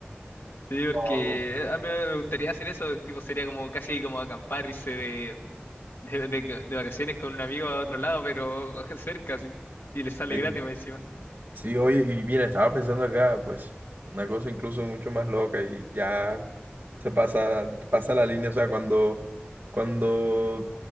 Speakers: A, on the left (about 75°); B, on the right (about 60°).
A: Sí, porque
B: Wow.
A: a mí me gustaría hacer eso, tipo, sería como casi como acampar, irse de, <laughs> de, de, de vacaciones con un amigo a otro lado, pero <laughs> cerca, sí. Y le sale
B: Sí,
A: gratis más encima.
B: sí, oye, y mira, estaba pensando acá, pues, una cosa incluso mucho más loca y ya. Se pasa, pasa la línea, o sea, cuando, cuando,